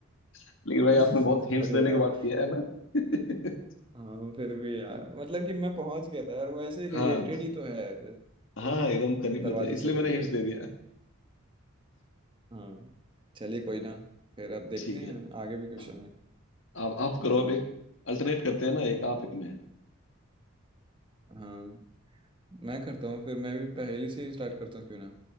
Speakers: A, on the left; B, on the right.
A: लेकिन भाई
B: <laughs>
A: आपने बहुत हिंट्स
B: अरे
A: देने
B: यार
A: के बाद किया है ना <laughs>
B: हाँ फिर भी यार मतलब कि मैं पहुंच गया था यार वो ऐसे रिलेटेड
A: हाँ
B: ही तो है जैसे
A: हाँ हाँ,
B: कि
A: एकदम करीब
B: दरवाजे
A: में था इसलिए
B: से रिलेटेड
A: मैंने हिंट्स दे दिया
B: हाँ चलिए कोई ना फिर अब देखते
A: <laughs> ठीक है
B: हैं आगे भी क्वेश्चन
A: हाँ
B: है
A: आप आप करो अब एक अल्टरनेट करते हैं ना एक आप एक मैं
B: हाँ मैं करता हूँ फिर मैं भी पहेली से ही स्टार्ट करता हूँ क्यों ना